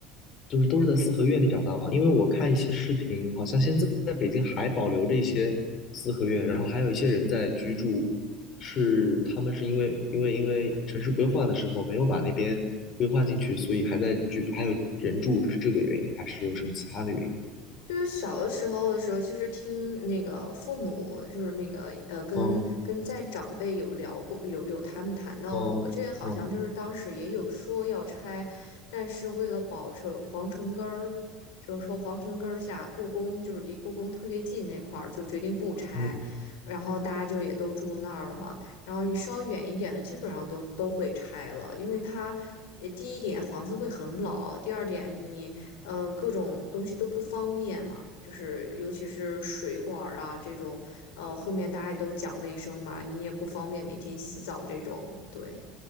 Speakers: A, on the left (about 50°); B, on the left (about 85°).
A: 就是都是在四合院里长大吗？因为我看一些视频，好像现在在北京还保留着一些四合院，然后还有一些人在居住，是他们是因为因为因为城市规划的时候没有把那边规划进去，所以还在居，还有人住，是这个原因，还是有什么其他的原因？
B: 就是小的时候的时候，其实听那个父母，就是那个呃，跟跟在长辈有聊过，
A: 嗯
B: 有有他们谈到过，
A: 嗯嗯
B: 这个好像就是当时也有说要拆，但是为了保持皇城根儿，就是说皇城根儿下故宫就是离故宫特别近那块儿，就决定不拆，
A: 嗯
B: 然后大家就也都住那儿了嘛，然后你稍远一点的基本上都都会拆了，因为它。呃第一点，房子会很老；第二点，你嗯，呃各种东西都不方便嘛，就是尤其是水管儿啊这种，呃，后面大家也都讲卫生嘛，你也不方便每天洗澡这种，对。